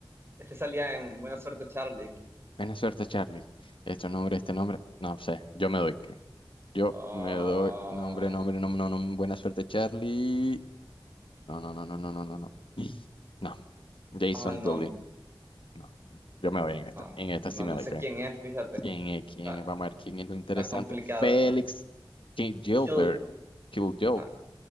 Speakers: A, on the right (about 30°); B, on the left (about 80°).
A: este salía en Buena Suerte Charlie.
B: Buena suerte, Charlie. Este nombre, este nombre. No sé, yo me doy. que- Yo
A: Ah,
B: me doy nombre, nombre, nombre, no, no, buena suerte, Charlie. No, no, no, no, no, no, no, no. <gasps> No. Jason
A: ah, no,
B: Dooley. No, no. yo me voy en
A: no,
B: esta. En esta sí
A: no,
B: me
A: no
B: doy,
A: sé
B: ¿creen?
A: quién es, fíjate.
B: ¿Quién es? ¿Quién
A: Está,
B: es? Vamos a ver quién es lo interesante.
A: está complicado
B: Félix
A: esto.
B: Gilbert.
A: Kill,
B: Kiljob.
A: está,